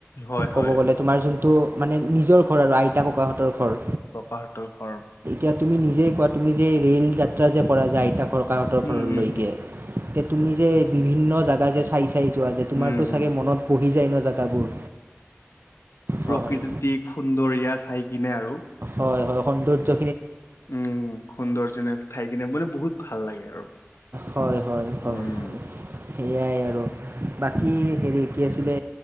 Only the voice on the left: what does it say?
হয় হয়
পাৰটোৰ ঘৰ
উম
হুম হুম
উম হুম
প্ৰকৃতি
সুন্দৰীয়া চাই কিনে আৰু
উম সৌন্দৰ্যনক থাই কিনে মানে বহুত ভাল লাগে আৰু
উম। <unintelligible>